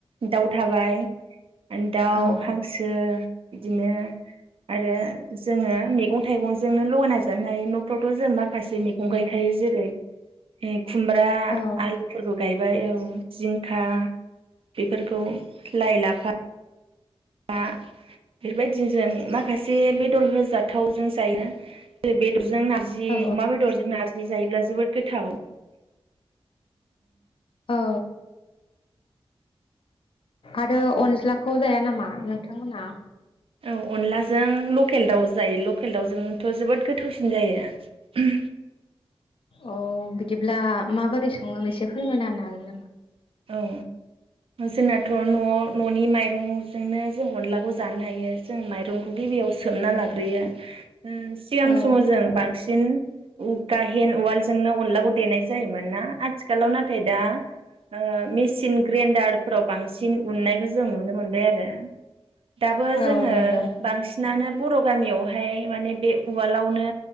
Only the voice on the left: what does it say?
औ
औ
औ
औ आरो अनज्लाखौ जाया नामा नोंथांमोनहा?
अ बिदिब्ला माबोरै सङो बेसे फोरमायना होनो हागोन नामा?
औ
औ
नंगौ